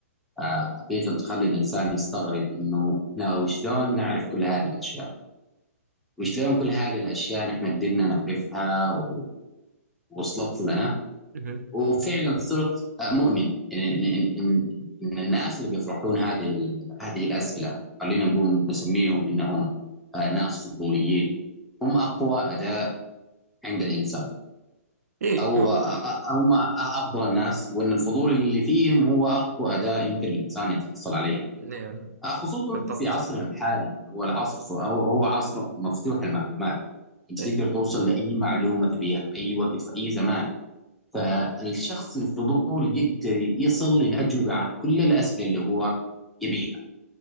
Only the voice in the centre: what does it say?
آه، حقيقه تخلي الانسان يستغرب انه لا وشلون نعرف كل هذه الاشياء وشلون كل هذه الاشياء نحن قدرنا نعرفها و- ووصلت لنا
وفعلا صرت آه، مؤمن ان ان ان إن- إن الناس اللي بيطرحون هذه ال- هذه الاسئله خلينا نقول نسميهم انهم آه، ناس فضوليين هم اقوى اداه عند الانسان
او
أ- هم افضل الناس وان الفضول اللي فيهم هو اقوى اداه يمكن الانسان يتحصل عليها
خصوصا
في عصرنا الحالي هو العصر هو هو عصر مفتوح المعلومات انت
تقدر توصل لاي معلومه تبيها في اي وقت في اي زمان فالشخص الفضول يقدر يصل للاجوبه عن كل الاسئله اللي هو يبيها